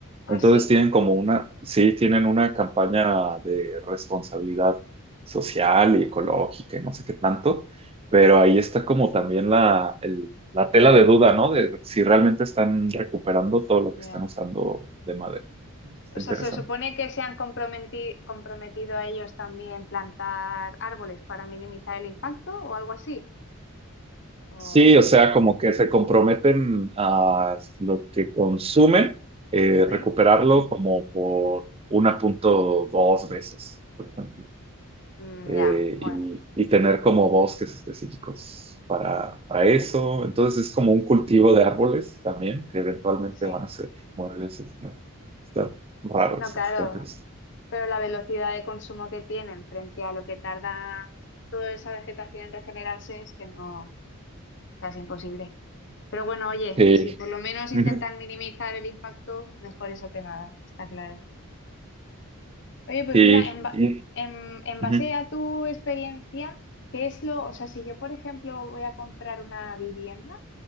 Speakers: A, on the right; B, on the left.
A: Entonces
B: Ah, sí,
A: tienen como una, sí, tienen una campaña de responsabilidad social y ecológica y no sé qué tanto, pero ahí está como también la, el- la tela de duda, ¿no? De si realmente están recuperando todo lo
B: ya.
A: que están usando de madera. Está
B: O sea,
A: interesante.
B: se supone que se han comprometi- comprometido a ellos también plantar árboles para minimizar el impacto o algo así. O,
A: Sí, o sea, como que se comprometen a lo que consumen, eh,
B: sí,
A: recuperarlo como por 1.2 veces, por ejemplo.
B: Mm,
A: Eh,
B: ya, bueno,
A: y, y tener como bosques específicos para, para eso. Entonces es como un cultivo de árboles también, que eventualmente
B: sí.
A: van a ser muebles. Está, está raro
B: No,
A: eso,
B: claro.
A: está interesante.
B: Pero la velocidad de consumo que tienen frente a lo que tarda toda esa vegetación en regenerarse es que no, o sea, es imposible. Pero bueno, oye,
A: Sí,
B: si por lo menos intentan
A: Ujú.
B: minimizar el impacto, mejor eso que nada, está claro. Oye, pues
A: sí,
B: mira, en, ba-
A: sí.
B: en, en base
A: Ujú.
B: a tu experiencia, ¿qué es lo, o sea, si yo, por ejemplo, voy a comprar una vivienda,